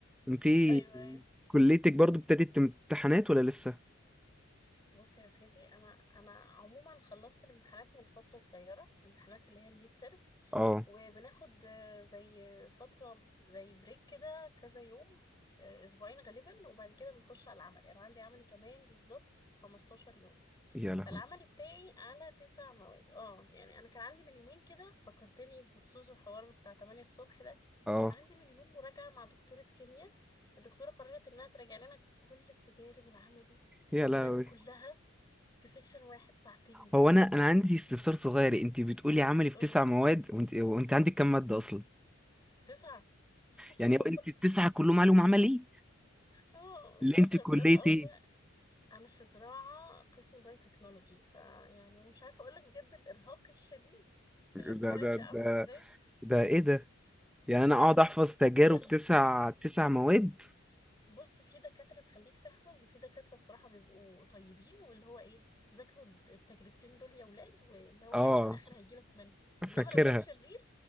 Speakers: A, in the centre; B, on the left.
A: انتي
B: ايوه ايوه
A: كليتك برضو ابتدت امتحانات ولا لسه
B: بص يا سيدي انا انا عموما خلصت الامتحانات من فتره صغيره الامتحانات اللي هي الميد ترم
A: اه
B: وبناخد آه، زي فترة زي بريك كده كذا يوم آه، أسبوعين غالبا وبعد كده بنخش على العمل يعني عندي عملي كمان بالظبط 15 يوم
A: يا لهوي
B: فالعملي بتاعي على تسع مواد اه يعني أنا كان عندي من يومين كده فكرتني بخصوص الحوار بتاع 8 الصبح ده
A: اه
B: كان عندي من يومين مراجعة مع دكتورة كيمياء الدكتورة قررت إنها تراجع لنا كل التجارب العملي
A: يا
B: بجد
A: لهوي
B: كلها في سيكشن واحد ساعتين
A: هو انا انا عندي استفسار صغير انت بتقولي عملي في
B: قولي
A: تسع مواد وانت وانت عندك كام ماده اصلا
B: تسعة <laughs>
A: يعني هو انت التسعه كلهم علوم عملي
B: اه مش
A: اللي
B: قادرة
A: انت كليه
B: بجد اه
A: ايه
B: والله أنا في زراعة قسم بايوتكنولوجي فيعني أنا مش عارفة أقولك بجد الإرهاق الشديد في
A: ده
B: الامتحانات
A: ده
B: بيبقى
A: ده
B: عامل إزاي
A: ده ايه ده يعني انا اقعد
B: الم-
A: احفظ تجارب
B: ذل
A: تسع تسع مواد
B: بص في دكاترة تخليك تحفظ وفي دكاترة بصراحة بيبقوا طيبين واللي هو إيه ذاكروا التجربتين دول يا ولاد واللي هو
A: اه
B: يعني من الآخر هيجيلك منهم إنما
A: فاكرها
B: لو كان شرير